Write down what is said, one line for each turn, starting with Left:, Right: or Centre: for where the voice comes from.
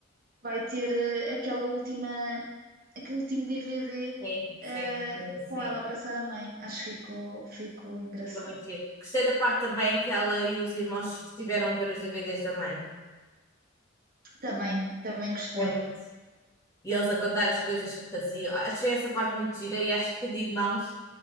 Right: vai ter eh, aquela última, aquele último DVD
Left: sim, sim,
Right: eh,
Left: sim. sim.
Right: com ela a abraçar a mãe. Acho que ficou, ficou engraçado.
Left: Fica muito giro. Gostei da parte também que ela e os irmãos tiveram a ver os DVDs da mãe.
Right: Também, também gostei.
Left: É muito. e eles a contar as coisas que faziam. Achei essa parte muito gira e acho que de irmãos